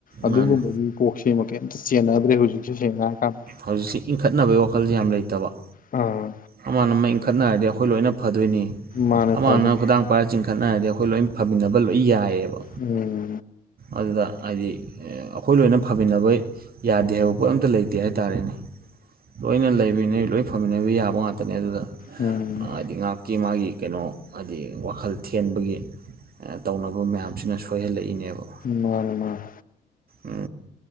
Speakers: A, on the left; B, on the right.
A: ꯑꯗꯨꯒꯨꯝꯕꯒꯤ
B: ꯃꯥꯅꯦ
A: ꯀꯣꯛꯁꯦ ꯀꯩꯝꯇ ꯆꯦꯟꯅꯗ꯭ꯔꯦ ꯍꯧꯖꯤꯛꯁꯦ ꯁꯦꯡꯅ ꯍꯥꯏꯔ ꯀꯥꯟꯗ
B: ꯍꯧꯖꯤꯛꯁꯤ ꯏꯟꯈꯠꯅꯕꯩ ꯋꯥꯈꯜꯖꯦ ꯌꯥꯝ ꯂꯩꯇꯕ
A: ꯑꯥ
B: ꯑꯃꯅ ꯑꯃ ꯏꯟꯈꯠꯅꯔꯗꯤ ꯑꯩꯈꯣꯏ ꯂꯣꯏꯅ ꯐꯗꯣꯏꯅꯤ
A: ꯃꯥꯅꯦ
B: ꯑꯃꯅ
A: ꯐꯗꯨꯝ
B: ꯈꯨꯗꯥꯡ ꯄꯥꯏꯔ ꯆꯤꯡꯈꯠ ꯈꯠꯅꯔꯗꯤ ꯑꯩꯈꯣꯏ ꯂꯣꯏ ꯐꯝꯃꯤꯟꯅꯕ ꯂꯣꯏ ꯌꯥꯏꯑꯦꯕ
A: ꯎꯝ
B: ꯑꯗꯨꯗ ꯍꯥꯏꯗꯤ ꯑꯩꯈꯣꯏ ꯂꯣꯏꯅ ꯐꯃꯤꯟꯅꯕ ꯌꯥꯗꯦ ꯍꯥꯏꯕ ꯄꯣꯠ ꯑꯝꯇ ꯂꯩ ꯇꯦ ꯍꯥꯏ ꯇꯥꯔꯦꯅꯦ ꯂꯣꯏꯅ ꯂꯩꯃꯤꯟꯅꯩ ꯂꯣꯏ ꯐꯃꯤꯟꯅꯕ ꯌꯥꯕ ꯉꯥꯛꯇꯅꯦ ꯑꯗꯨꯗ
A: ꯎꯝ
B: ꯍꯥꯏꯗꯤ ꯉꯥꯏꯍꯥꯛꯀꯤ ꯃꯥꯒꯤ ꯀꯩꯅꯣ ꯍꯥꯏꯗꯤ ꯋꯥꯈꯜ ꯊꯦꯟꯕꯒꯤ ꯇꯧꯅꯕ ꯃꯌꯥꯝꯁꯤꯅ ꯁꯣꯏꯍꯜꯂꯛꯏꯅꯦꯕ
A: ꯃꯥꯅꯦ ꯃꯥꯅꯦ
B: ꯎꯝ